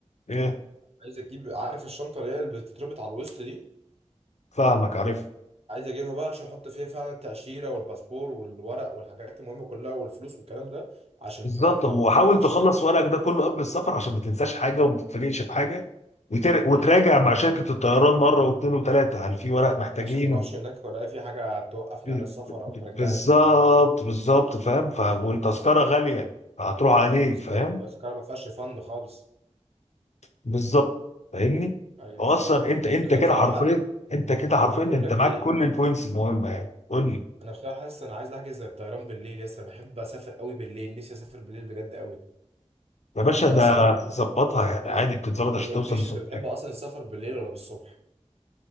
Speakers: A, on the left; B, on the right.
A: إيه
B: عايز اجيب عارف الشنطة اللي هي اللي بتتربط على الوسط دي
A: فاهمك عارف
B: عايز اجيبها بقى عشان احط فيها فعلا التأشيرة والباسبور والورق والحاجات المهمة كلها والفلوس والكلام ده عشان
A: بالظبط
B: فاهم ما
A: وحاول
B: ما تقعش
A: تخلص
B: مني
A: ورقك ده كله قبل السفر عشان ما تنساش حاجة وما تتفاجئش بحاجة وتر- وتراجع
B: مم.
A: مع شركة الطيران مرة واثنين وثلاثة هل في ورق محتاجين
B: عشان ما اروحش هناك ولا في حاجة توقفني
A: ب-
B: عن السفر
A: ب-
B: او ترجعني
A: بالظبط
B: تاني
A: بالظبط فاهم
B: ايوه
A: ف... والتذكرة غالية هتروح عليك
B: التذكرة
A: فاهم
B: التذكرة ما فيهاش فند خالص
A: بالظبط فاهمني
B: ايوه
A: هو اصلا
B: ايوه
A: انت انت
B: بس انا
A: كده
B: بصراحة
A: حرفيا انت كده حرفيا
B: بقول
A: انت
B: لك
A: معاك
B: ايه
A: كل البوينتس المهمة يعني قول لي
B: انا بصراحة حاسس انا عايز احجز الطيران بالليل لسه بحب اسافر قوي بالليل نفسي اسافر بالليل بجد قوي
A: يا باشا
B: انت
A: ده
B: اصلا
A: ظبطها يعني
B: انت
A: عادي بتتظبط
B: انت
A: عشان
B: ما قلتليش
A: توصل الصبح
B: انت بتحب اصلا السفر بالليل ولا بالصبح